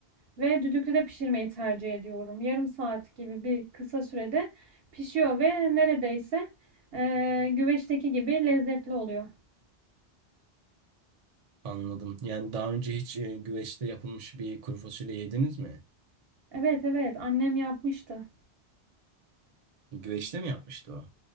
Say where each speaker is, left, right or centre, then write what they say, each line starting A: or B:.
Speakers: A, on the right; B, on the right.
A: ve düdüklüde pişirmeyi tercih ediyorum. Yarım saat gibi bir kısa sürede pişiyor ve neredeyse, eee, güveçteki gibi lezzetli oluyor.
B: Anladım. Yani daha önce hiç e, güveçte yapılmış bir kuru fasulye yediniz mi?
A: Evet, evet, annem yapmıştı.
B: Güveçte mi yapmıştı o?